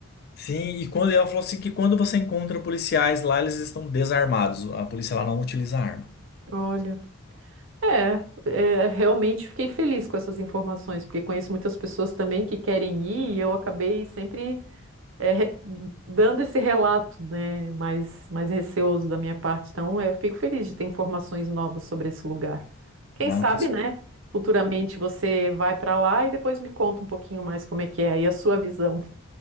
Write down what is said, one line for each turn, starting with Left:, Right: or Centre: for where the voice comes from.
Left: Sim, e quando ela falou assim que quando você encontra policiais lá, eles estão desarmados. A polícia lá não utiliza arma.
Right: Olha. É, é, realmente fiquei feliz com essas informações, porque conheço muitas pessoas também que querem ir e eu acabei sempre é, re- dando esse relato, né, mais, mais receoso da minha parte. Então, eu fico feliz de ter informações novas sobre esse lugar. Quem
Left: Não,
Right: sabe,
Left: que isso.
Right: né? Futuramente você vai para lá e depois me conta um pouquinho mais como é que é e a sua visão.